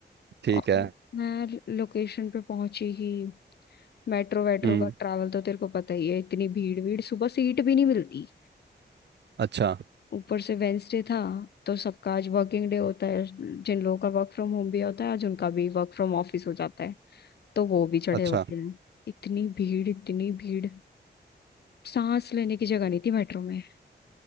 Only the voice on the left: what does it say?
और
मैं लोकेशन पे पहुंची ही मेट्रो वेट्रो
का ट्रैवल तो तेरे को पता ही है इतनी भीड़ भीड़ सुबह सीट भी नहीं मिलती
ऊपर से वेंसडे था तो सबका आज वर्किंग डे होता है जिन लोगों का वर्क फ्रॉम होम भी होता है आज उनका भी वर्क फ्रॉम ऑफिस हो जाता है तो वो भी चढ़े
होते हैं इतनी भीड़ इतनी भीड़ सांस लेने की जगह नहीं थी मेट्रो में